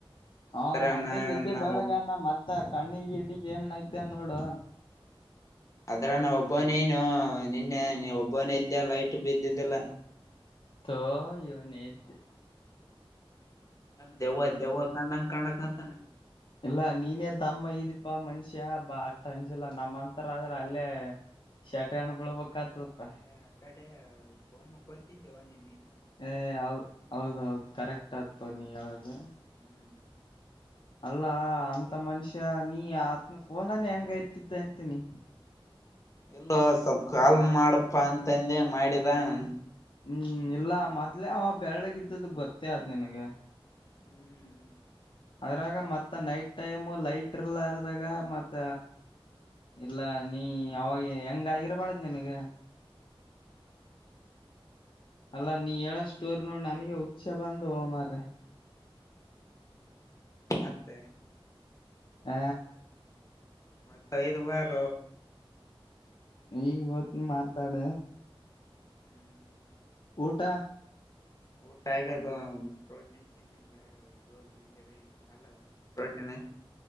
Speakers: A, on the left (about 55°); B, on the left (about 35°).
A: ಅವನು
B: ಅದ್ರ
A: ಮೊದಲೇ
B: ನಾ
A: ಜಗ್ಯಾ
B: ನ
A: ಬೆಳ್ಳಗ ಹನಾ ಇದ್ದ ಕಣ್ಣಿಗ ಗಿನ್ನಿಗ್ ಏನಾ ಆಯ್ತಾ ಏನ್ ನೋಡು
B: ಅದರಾಗ ನಾ ಒಬ್ಬನೇ ಏನು ನಿನ್ನೆ ನೀ ಒಬ್ಬನೇ ಇದ್ದಲ್ಲ ಲೈಟು ಬಿದ್ದಿಲ್ಲ
A: ಥೂ ಇವ್ನು ಹೆಡ್ತಿ
B: ದೆವ್ವ ದೆವ್ವ ಕಡಂಗ್ ಕನಕಟ್ಟ
A: ಇಲ್ಲಾ ನಿನ್ನೆ ತಮ್ಮ ಆಗಿದಪ್ಪ ಮನುಷ್ಯ ಬಾ ಅಷ್ಟ ಅಂಜಿಲ್ಲ ನಮ್ ಹಂತವರು ಆದ್ರ ಅಲ್ಲೇ ಸಾಟ್ ಹೆಣ್ಣ ಬಿಲ್ಬೆಕ್ ಆಗ್ತುದು ಅಪ್ಪಾ
B: ಸಾಟರ್ಡೆ ಕೋಮಕ್ಕ ಹೋಗ್ತಿದೆ ನೀ
A: ಏ ಹೌದು, ಹೌದ ಕರೆಕ್ಟ ಅದ್ ತೋ ನೀ ಹೇಳೋದು
B: ಹ್ಮ್
A: ಅಲ್ಲಾ ಅಂತ ಮನುಷ್ಯಾ ನೀನ್ಯಾಕ್ ಫೋನ್ ಹೆಂಗ್ ಎತ್ತಿದೆ ಅಂತೀನಿ
B: ಇಲ್ಲ ಸ್ವಲ್ಪ ಕಾಲ್ ಮಾಡಪಾ ಅಂತ ಅಂದೆ ಮಾಡಿದ್ದ ಅವ್ನು
A: ಹೂ ಇಲ್ಲ ಅವನು ಮೊದ್ಲೇ ಬೆಳ್ಳಿಗೆ ಇದ್ದದು ಗೊತ್ತೆ ಅದಾ ನಿನ್ನಗ
B: ಹ್ಮ್
A: ಅದ್ರಾಗ ಮತ್ತ ನೈಟ್ ಟೈಮ್ ಲೈಟ್ ಇಲ್ಲಾರದಾಗ ಮತ್ತ ಇಲ್ಲ ನಿನಗೆ ಅವಾಗ ಹೆಂಗೆ ಆಗಿರಬರದ ನಿನ್ಗ ಅಲ್ಲಾ ನೀನ ಹೇಳೋ ಸ್ಟೋರಿ ನೋಡಿ ನನಗೆ ಉಚೆ ಬಂದುವ ಮಾರಾಯ
B: ಮತ್ತೆ
A: ಹ
B: ಮತ್ತೆ ಐದು ವಾರ
A: ಇವತ್ತು ಮಾತಾಡ
B: ಹ್ಮ್ ಹ್ಮ್
A: ಊಟ
B: ಊಟ ಆಗ್ಯದ ಪ್ರೋಟೀನ್ ತಿಂಡಿನಿ ಗೋಬಿ ಮಂಚೂರಿಯನ್ ಅಲ್ಲ ಪ್ರೋಟನ್